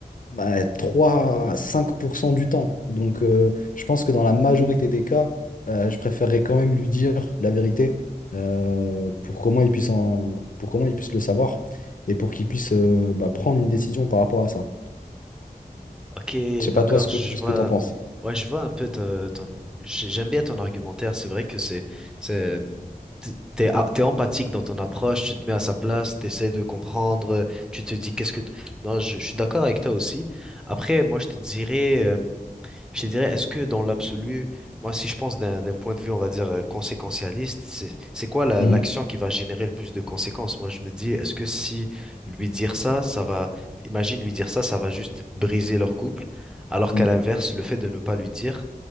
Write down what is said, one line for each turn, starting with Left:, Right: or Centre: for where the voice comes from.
Left: bah, 3 à 5% du temps. Donc, euh, je pense que dans la majorité des cas, euh, je préférerais quand même lui dire la vérité euh, pour comment il puisse en, pour comment il puisse le savoir et pour qu'il puisse euh, bah, prendre une décision par rapport à ça.
Centre: Ok,
Left: Je sais
Centre: d'accord,
Left: pas toi ce
Centre: je
Left: que, ce
Centre: vois.
Left: que t'en penses.
Centre: Ouais, je vois un peu ton. ton- j'ai- J'aime bien ton argumentaire. C'est vrai que c'est, c'est- T'es, a- t'es empathique dans ton approche, tu te mets à sa place, t'essaies de comprendre, tu te dis qu'est-ce que... t- Non, je, je suis d'accord avec toi aussi. Après, moi, je te dirais... euh, je te dirais, est-ce que dans l'absolu, moi, si je pense d'un d'un point de vue, on va dire, euh, conséquentialiste, c'est c'est quoi la-
Left: Mhm.
Centre: l'action qui va générer le plus de conséquences? Moi, je me dis, est-ce que si lui dire ça, ça va, imagine lui dire ça, ça va juste briser leur couple, alors
Left: Mhm.
Centre: qu'à l'inverse, le fait de ne pas lui dire,